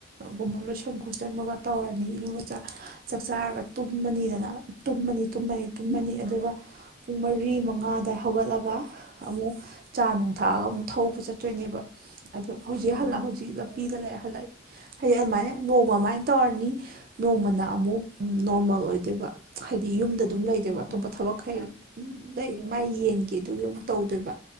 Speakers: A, on the right; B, on the left.
A: ꯒꯨꯝꯕ ꯂꯣꯏꯁꯟ ꯈꯣꯠꯆꯟꯕꯒ ꯇꯧꯔꯅꯤ ꯏꯔꯨ ꯂꯨꯖꯥ ꯆꯥꯛ ꯆꯥꯔꯒ ꯇꯨꯝꯃꯅꯤꯗꯅ ꯇꯨꯝꯃꯅꯤ ꯇꯨꯝꯃꯅꯤ ꯇꯨꯝꯃꯅꯤ ꯑꯗꯨꯒ ꯄꯨꯡ ꯃꯔꯤ ꯃꯉꯥꯑꯗꯥꯏ ꯍꯧꯒꯠꯂꯒ ꯑꯃꯨꯛ ꯆꯥ ꯅꯨꯡ ꯊꯛꯑꯒ ꯑꯃꯨꯛ ꯊꯧꯕ ꯆꯠꯇꯣꯏꯅꯦꯕ ꯑꯗꯣ ꯍꯧꯖꯤꯛ
B: ꯎꯝ
A: ꯍꯥꯟꯂ ꯍꯧꯖꯤꯛ ꯂꯝ ꯂꯝꯕꯤꯗ ꯂꯩ ꯍꯜꯂꯛꯏ ꯍꯥꯏꯗꯤ ꯑꯗꯨꯃꯥꯏꯅ ꯅꯣꯡꯃ ꯑꯃꯥꯏ ꯇꯧꯔꯅꯤ ꯅꯣꯡꯃꯅ ꯑꯃꯨꯛ ꯎꯝ ꯅꯣꯔꯃꯦꯜ ꯑꯣꯏꯗꯣꯏꯕ ꯍꯥꯏꯗꯤ ꯌꯨꯝꯗ ꯑꯗꯨꯝ ꯂꯩꯗꯣꯏꯕ
B: ꯎꯝ
A: ꯑꯇꯣꯞꯄ
B: ꯎꯝ
A: ꯊꯕꯛ ꯈꯩ ꯎꯝ ꯂꯩ ꯃꯥꯏ ꯌꯦꯟꯒꯦ ꯑꯗꯨꯒꯤ ꯑꯃꯨꯛ ꯇꯧꯗꯣꯏꯕ